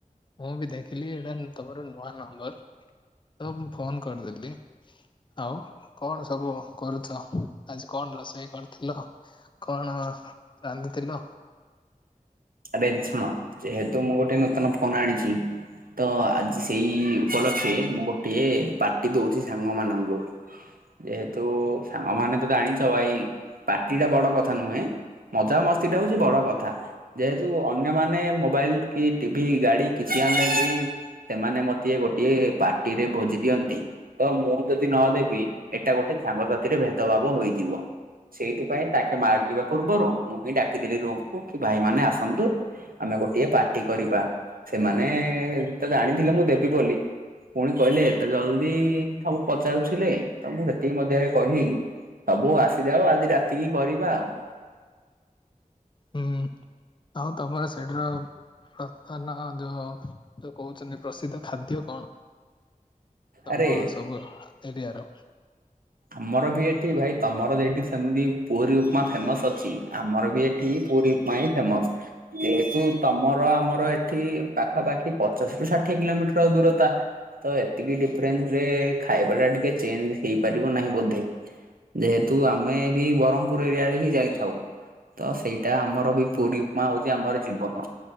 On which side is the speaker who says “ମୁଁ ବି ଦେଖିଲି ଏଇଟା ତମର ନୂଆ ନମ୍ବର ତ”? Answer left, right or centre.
Left